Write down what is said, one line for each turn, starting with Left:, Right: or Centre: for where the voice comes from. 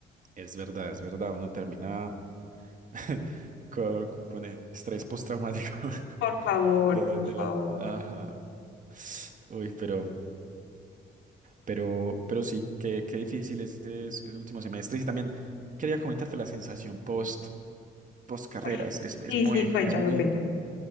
Right: Es verdad, es verdad, uno termina <laughs> con, con estrés postraumático <laughs>
Left: Por favor,
Right: de,
Left: por
Right: de
Left: favor,
Right: la... Ajá. Uy, pero, pero, pero sí, qué, qué difícil este es, es último semestre. Y también quería comentarte la sensación post, post carrera.
Left: por favor.
Right: Es, es, es
Left: Sí,
Right: muy,
Left: sí, cuéntame,
Right: es muy
Left: cuéntame.